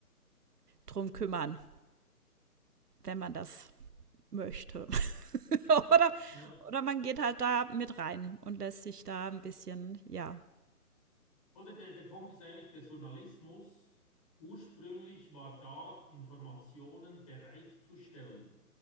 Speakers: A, on the right; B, on the left.
A: drum kümmern, wenn man das möchte. <laughs> oder,
B: Ja.
A: oder man geht halt da mit rein und lässt sich da ein bisschen, ja,
B: Oder der, der Punkt ist eigentlich, der Journalismus ursprünglich war da, Informationen bereitzustellen.